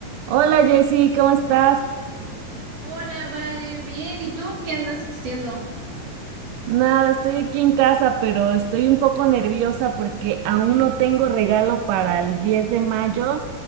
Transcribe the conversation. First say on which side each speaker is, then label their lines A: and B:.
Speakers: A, on the right; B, on the right.
A: Hola Jessy, ¿cómo estás?
B: Hola, Vane, bien, ¿y tú qué andas haciendo?
A: Nada, estoy aquí en casa, pero estoy un poco nerviosa porque aún no tengo regalo para el 10 de mayo